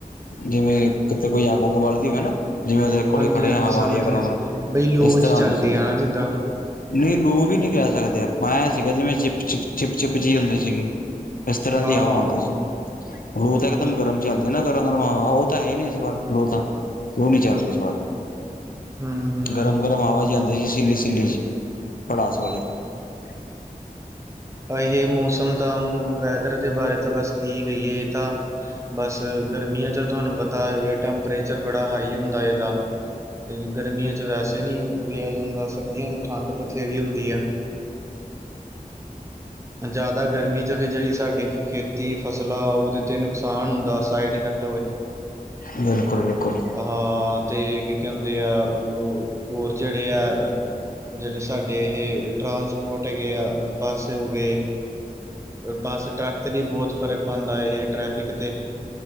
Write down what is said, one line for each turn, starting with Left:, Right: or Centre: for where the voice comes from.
Left: ਜਿਵੇਂ ਕਿਤੇ ਕੋਈ ਅੱਗ-ਉੱਗ ਬਲਦੀ ਹੋਵੇ ਨਾ। ਜਿਵੇਂ ਉਦੇ ਕੋਲ
Right: ਹਾਂਜੀ
Left: ਖੜੇਆ
Right: ਹਾਂਜੀ
Left: ਹਵਾ
Right: ਸਮਝ
Left: ਆ ਰੀ ਆ ਗਰਮ-ਗਰਮ
Right: ਗਿਆ ਬਈ ਲੂ
Left: ਇਸ
Right: ਜੀ
Left: ਤਰ੍ਹਾਂ ਆਂਦੀ
Right: ਚੱਲਦੀ
Left: ਸੀਗੀ।
Right: ਆ ਨਾ ਜਿੱਦਾਂ
Left: ਨਹੀਂ ਲੂ ਵੀ ਨੀ ਕੈ ਸਕਦੇ ਆਪਾਂ ਐ ਸੀਗਾ ਜਿਵੇਂ ਚਿਪ ਚ ਚਿਪ-ਚਿਪ ਜੀ ਹੁੰਦੀ ਸੀਗੀ। ਇਸ ਤਰ੍ਹਾਂ
Right: ਹਾਂ
Left: ਦੀ ਹਵਾ
Right: ਹਾਂ
Left: ਹੁੰਦੀ ਸੀ <unintelligible> ਤਾਂ ਇਕਦਮ
Right: ਠੀਕ
Left: ਗਰਮ ਚੱਲਦੀ ਨਾ ਗ <unintelligible> ਓ ਤਾਂ ਹੈ ਈ ਨੀ ਇਸ ਵਾਰ ਲੋ ਤਾਂ ਓ ਨੀ ਚੱਲ ਰੀ ਇਸ ਵਾਰ।
Right: ਹਮ ਹਮ
Left: ਗਰਮ-ਗਰਮ ਹਵਾ ਜਾਂਦੀ ਸੀ ਸਿੱਲੀ-ਸਿੱਲੀ ਜੀ ਪੜਾਸ ਵਾਲੀ। <inaudible>
Right: ਏਹ ਮੌਸਮ ਤਾਂ ਵੈਦਰ ਦੇ ਬਾਰੇ ਤਾਂ ਬਸ ਕੀ ਕਈਏ ਤਾਂ ਬਸ ਗਰਮੀਆਂ ਚ ਤੁਹਾਨੂੰ ਪਤਾ ਏਹ ਟੈਂਪਰੇਚਰ ਬੜਾ ਹਾਈ ਹੁੰਦਾ ਏਦਾ। ਗਰਮੀਆਂ ਚ ਵੈਸੇ ਨੀ ਰਿਆ ਜਾਂਦਾ ਸਰਦੀਆਂ ਚ ਠੰਡ ਬਥੇਰੀ ਹੁੰਦੀ ਆਂ। ਜਾਦਾ ਗਰਮੀ ਚ ਵੀ ਜੇੜੀ ਸਾਡੀ ਖੇਤੀ ਫਸਲਾਂ ਓਦੇ ਤੇ ਨੁਕਸਾਨ ਹੁੰਦਾ ਸਾਈਡ-ਇਫੈਕ
Left: ਹੂੰ ਬਿਲਕੁੱਲ-ਬਿਲਕੁੱਲ।
Right: ਹਾਂ ਤੇ ਕੀ ਕੈਂਦੇ ਹੋਰ ਆ ਅ ਹੋਰ ਜੇੜੇ ਐ ਜੇੜੇ ਸਾਡੇ ਏਹ ਟਰਾਂਸਪੋਟ ਹੈਗੇ ਆ <unintelligible> ਹੋਗੇ ਬੱਸ-ਟਰੱਕ ਤੇ ਵੀ ਬੋਹਤ ਫਰਕ ਪਾਂਦਾ ਏਹ ਟਰੈਫਿਕ ਤੇ